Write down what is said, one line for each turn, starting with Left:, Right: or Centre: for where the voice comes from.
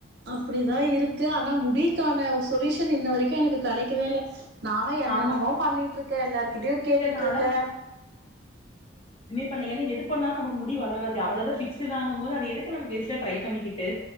Right: அப்டிதான் இருக்கு ஆனா முடிக்கான சொல்யூஷன் இன்ன வரைக்கும் எனக்கு கடைக்கவே இல்ல நானும் என்னென்னமோ
Left: ஆமாங்க
Right: பண்ணிட்டு இருக்க எல்லார்கிட்டும்
Left: சிஸ்டர்
Right: கேட்டுட்டு
Left: நாலா
Right: இருக்க
Left: பண்ல ஏன்னா எது பண்ணாலும் நமக்கு முடி வளராது அவளோ தான் ஃபிக்ஸ்டுடாங்க போது அது எதுக்கு வேஸ்ட்டா ட்ரை பண்ணிக்கிட்டு